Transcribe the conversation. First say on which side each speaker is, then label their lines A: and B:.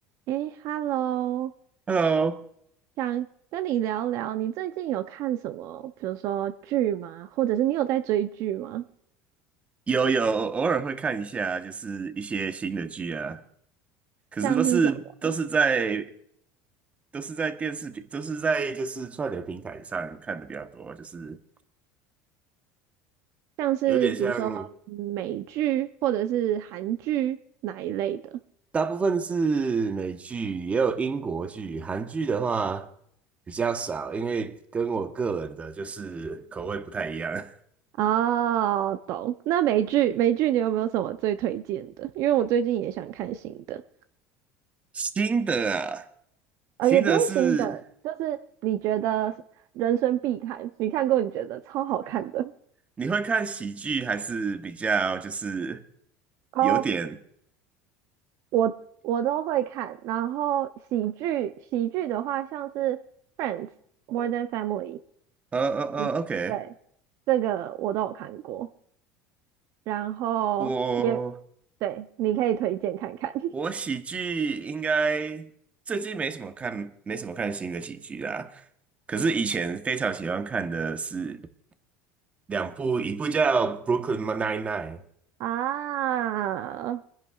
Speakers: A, on the right (about 60°); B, on the right (about 20°).
A: 诶，Hello，
B: Hello，
A: 想跟你聊聊，你最近有看什么，比如说剧吗？或者是你有在追剧吗？
B: 有有偶尔会看一下，就是一些新的剧啊，可是都是都是在
A: 像是什么？
B: 都是在电视平，都是在就是串流平台上看的比较多，就是
A: 像是比如说美剧或者是韩剧哪一类的？
B: 有点像，大部分是美剧，也有英国剧，韩剧的话比较少，因为跟我个人的就是口味不太一样。<laughs>
A: 哦，懂。那美剧，美剧你有没有什么最推荐的？因为我最近也想看新的，
B: 新的啊，
A: 呃，
B: 新的是
A: 也不用新的，就是你觉得人生必看，你看过你觉得超好看的。
B: 你会看喜剧还是比较就是
A: 哦
B: 有点？
A: 我我都会看，然后喜剧喜剧的话，像是《Friends》《More Than Family》，
B: 呃呃呃，OK，
A: 就是对，这个我都有看过，然后也
B: 我
A: 对，你可以推荐看看
B: 我喜剧应该最近没什么看，没什么看新的喜剧啦。可是以前非常喜欢看的是两部，一部叫《Brooklyn Nine-Nine》，
A: <laughs> 啊。